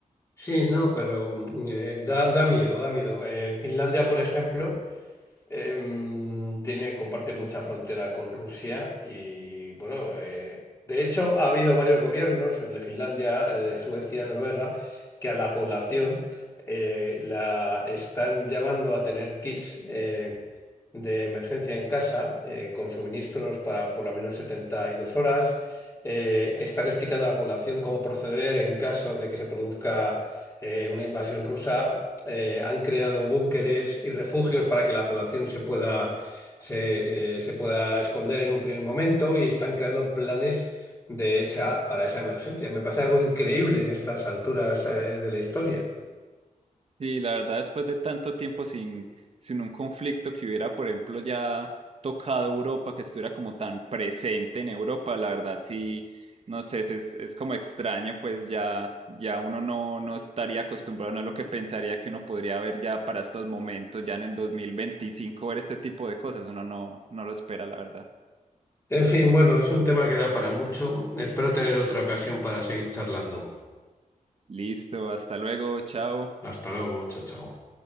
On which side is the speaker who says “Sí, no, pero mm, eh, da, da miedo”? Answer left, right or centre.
Left